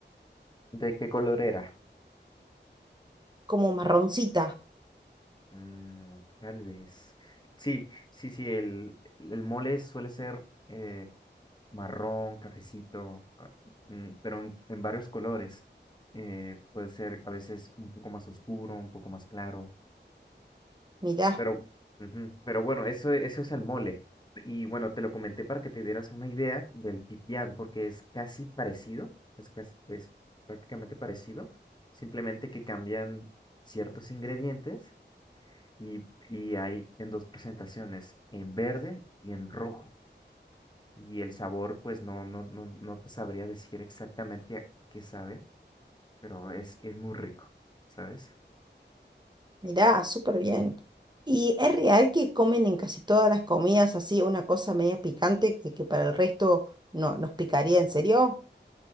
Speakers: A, on the left (about 25°); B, on the right (about 25°).
A: ¿De qué color era?
B: como marroncita.
A: Mm, tal vez. Sí, sí, sí, el, el mole suele ser eh, marrón, cafecito, ah, mm, pero en, en varios colores. Eh, puede ser a veces un poco más oscuro, un poco más claro,
B: Mirá,
A: pero, ujú, pero bueno, eso, eso es el mole. Y bueno, te lo comenté para que te dieras una idea del pipián, porque es casi parecido, es, casi- es prácticamente parecido, simplemente que cambian ciertos ingredientes y, y hay en dos presentaciones, en verde y en rojo. Y el sabor, pues no, no, no, no te sabría decir exactamente a qué sabe, pero es, es muy rico, ¿sabes?
B: mirá, súper bien. ¿Y es real que comen en casi todas las comidas así una cosa media picante que, que para el resto no nos picaría? ¿En serio?